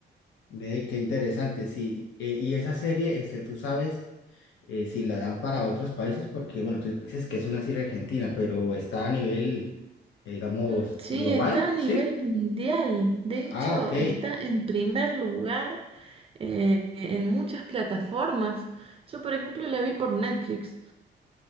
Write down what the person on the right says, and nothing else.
Mm, Sí,
está a nivel
mundial. De hecho,
está en primer lugar eh, en muchas plataformas. Yo, por ejemplo, la vi por Netflix.